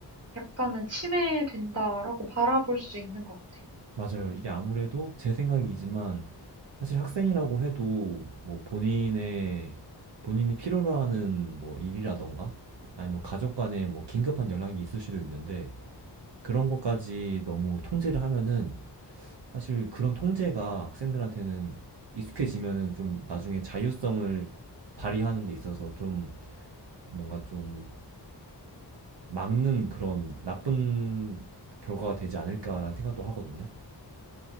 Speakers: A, on the right; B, on the right.
A: 약간은 '침해된다.'라고 바라볼 수 있는 것 같아요. 음.
B: 맞아요. 이게 아무래도 제 생각이지만 사실 학생이라고 해도 뭐 본인의 본인이 필요로 하는 뭐 일이라던가 아니면 가족 간에 뭐 긴급한 연락이 있을 수도 있는데 그런 것까지 너무 통제를 하면은 사실 그런 통제가 학생들한테는 익숙해지면은 좀 나중에 자율성을 발휘하는 데 있어서 좀 뭔가 좀 막는 그런 나쁜 결과가 되지 않을까라는 생각도 하거든요.